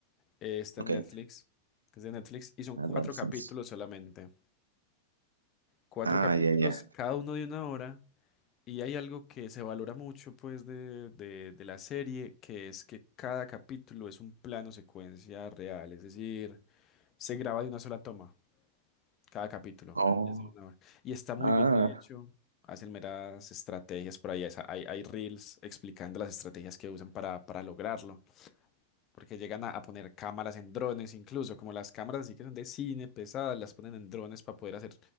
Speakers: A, on the left (about 35°); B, on the right (about 75°).
A: eh, está
B: ok.
A: en Netflix. Es de Netflix y son
B: Adolescencia.
A: cuatro capítulos solamente. Cuatro
B: Ah,
A: capítulos,
B: ya, ya.
A: cada uno de una hora. Y hay algo que se valora mucho, pues, de, de, de la serie, que es que cada capítulo es un plano secuencia real, es decir, se graba de una sola toma, cada capítulo.
B: Oh,
A: Es de una hora. Y está muy
B: ah,
A: bien hecho, hacen meras estrategias por ahí, es- hay, hay reels explicando las estrategias que usan para, para lograrlo porque llegan a, a poner cámaras en drones, incluso como las cámaras así que son de cine pesadas, las ponen en drones para poder hacer